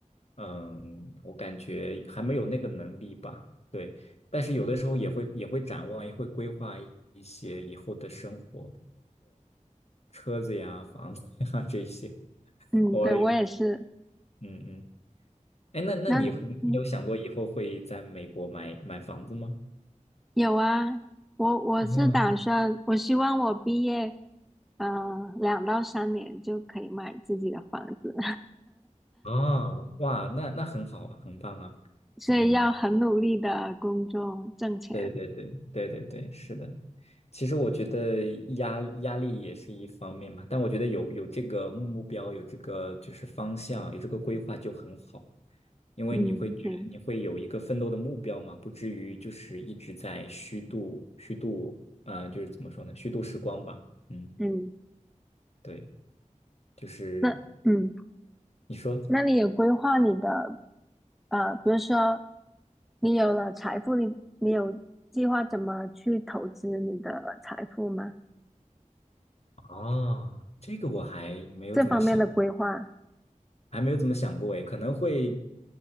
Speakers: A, on the left (about 55°); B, in the centre.
A: 嗯，我感觉还没有那个能力吧，对。但是有的时候也会也会展望，也会规划一些以后的生活，车子呀、房子呀 <laughs> 这些，
B: 嗯，
A: 偶尔也会，
B: 对我也是。
A: 嗯嗯。哎，那那你会你有想过以后会在美国买买房子吗？
B: 那你嗯。有啊，我我是打算，
A: 啊
B: 我希望我毕业，呃，两到三年就可以买自己的房子，
A: 啊，哇，那那很好啊，很棒啊。
B: <laughs> 所以要很努力的工作挣钱。
A: 嗯，对对对对对对，是的。其实我觉得压压力也是一方面嘛，但我觉得有有这个目标，有这个就是方向，有这个规划就很好，因为你会觉你会有一个奋斗的目标嘛，
B: 嗯，对，
A: 不至于就是一直在虚度虚度，嗯、就是怎么说呢，虚度时光吧。嗯，
B: 嗯，
A: 对，就是
B: 那嗯，
A: 你说
B: 那你有规划你的呃，比如说你有了财富，你你有计划怎么去投资你的财富吗？
A: 啊，这个我还没有怎么想。
B: 这方面的规划。
A: 还没有怎么想过诶，可能会